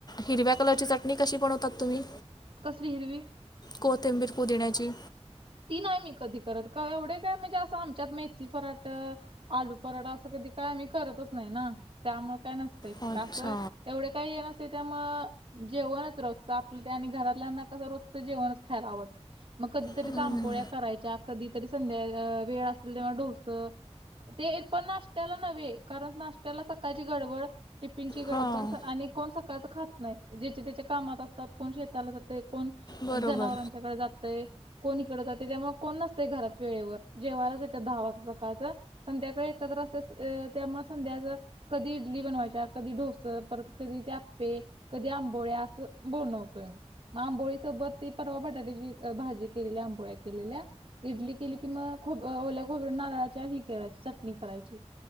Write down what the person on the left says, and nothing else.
हिरव्या कलरची चटणी कशी बनवतात तुम्ही?
कोथिंबीर आणि पुदिन्याची.
अच्छा
हम्म.
हां
बरोबर